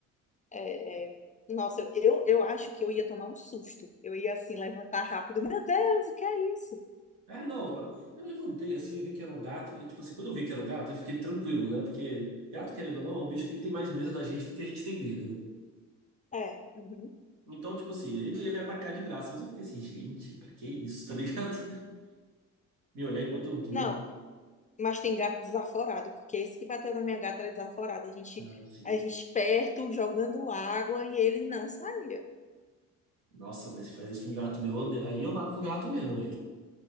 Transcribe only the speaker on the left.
É, é, nossa, eu, eu acho que eu ia tomar um susto. Eu ia assim levantar rápido. Meu Deus, o que é isso?
É, uhum.
Não, mas tem gato desaforado, porque esse que bateu na minha gata era desaforado. A gente,
a gente perto, jogando água e ele não saía.